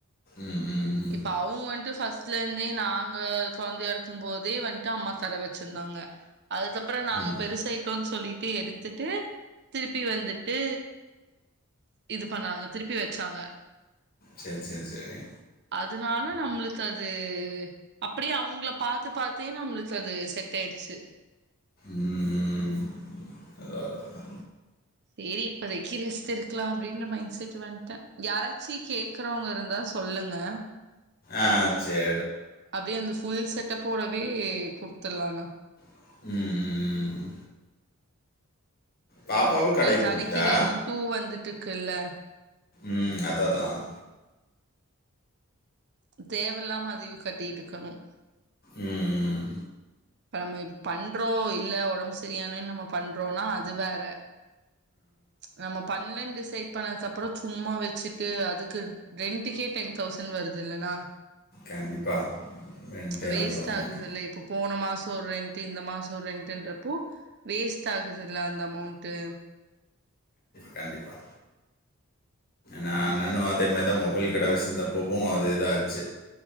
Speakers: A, on the left; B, on the right.
A: ம் ம் ம்.
B: இப்ப அவுங்கந்துட்டு ஃபஸ்ட்லந்தே நாங்க கொழந்தையா இருக்கு போதே வந்ட்டு அம்மா கட வச்சிருந்தாங்க அதுக்கப்பற நாங்க
A: ம்
B: பெருசாய்டோனு சொல்லிட்டு எடுத்துட்டு திருப்பி வந்துட்டு இது பண்ணாங்க திருப்பி வச்சாங்க
A: சரி சரி சரி
B: அதனால நம்மளுக்கு அது அப்படியே அவங்கள பாத்து பாத்தே நம்மளுக்கு அது செட் ஆயடுச்சு
A: ம் அதான் அதான் அதான்
B: சரி இப்பதைக்கு ரெஸ்ட் இருக்கலாம் அப்படின்ற மைண்ட்செட் வந்துட்டேன் யாராச்சி கேக்குறவங்க இருந்தா சொல்லுங்க
A: ஆஹ் சரி
B: அப்படியே அந்த ஃபுல் செட்டப்போடவே குடுத்துலாம்ன்னு
A: உம் உம் உம் பாப்பாவும் கடை கொடுத்துட்டா
B: கடைக்கு ரெண்டூ வந்துட்டுருக்குல்ல
A: உம் அததான்
B: தேவல்லாம அதையும் கட்டிட்டுயிருக்கணும்
A: உம்
B: நம்ம பண்றோம் இல்ல உடம்பு சரியானு நம்ம பண்றோம்னா அது வேற நம்ம பண்ணலன்னு டிசைட் பண்ணதுக்கு அப்புறம் சும்மா வச்சுட்டு அதுக்கு ரென்டுக்கே டென் தௌசண்ட் வருது இல்லனா
A: கண்டிப்பாக ரெண்டே
B: வேஸ்ட்
A: வந்துடும் உனக்கு
B: ஆகுதுல்லலை இப்ப போன மாச சோ ரெண்ட்டு இந்த மாச ரெண்ட்டுன்றப்போ வேஸ்ட் ஆகுதல்ல அந்த அமோண்ட்டு
A: கண்டிப்பா நாங்களும் அந்தமாரி தான் மொபைல் கட வசிச்ருந்தப்பவும் அதே தான் ஆச்சு